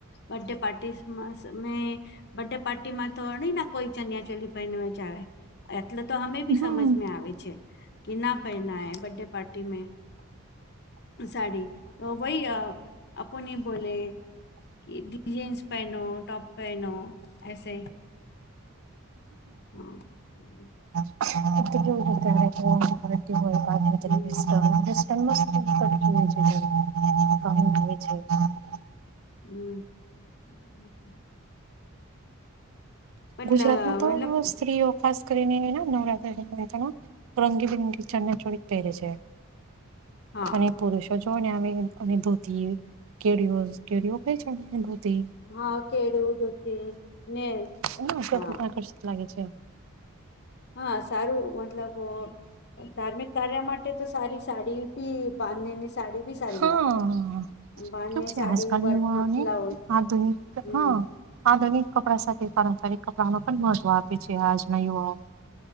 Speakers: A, on the left (about 50°); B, on the right (about 65°).
A: બર્થડે પાર્ટીમાં મે સે બર્ડે પાર્ટીમાં તો અણી ના કોઈ ચનિયા ચોલી પને જ આવે એટલે તો અમે બી
B: હા
A: સમજ મે આવે છે કે ના પહેનાય બર્થડે પાર્ટી મે સાડી તો વાઈ આપુ ની બોલે કે જીન્સ પહેનો ટોપ પહેનો એસે હમ્મ
B: કેવું હોય <unintelligible>
A: હમ
B: મસ્ત <unintelligible>
A: હમ્મ <inaudible> પણ
B: ગુજરાતમાં
A: લ
B: તો
A: મતલબ
B: સ્ત્રીઓ ખાસ કરીને નવરાત્ર ની રાજામાં રંગીબિરંગી ચણિયાચોળી પહેરે છે
A: હા.
B: અને પુરુષો જો ને આવે અને ધોતીયુ કેડિયું હોયે <unintelligible>
A: હા કેડિયું ધોતી ને
B: ના
A: હા
B: અ આકર્ષિત લાગે છે
A: હા સારું મતલબ ધાર્મિક કાર્ય માટે તો સારી સાડી ભી બાંધણી ની સાડી બી સારી
B: હા
A: લાગે.
B: હ
A: બાંધણી
B: કે છે
A: સાડી
B: આજકાલ
A: વર્ક
B: યુવાને
A: ના બ્લાઉઝ
B: આધુનિક
A: હમ
B: હા આધુનિક કપડા સાથે પારંપરિક કપડા ન પણ મહત્વ આપે છે આજના યુવાઓ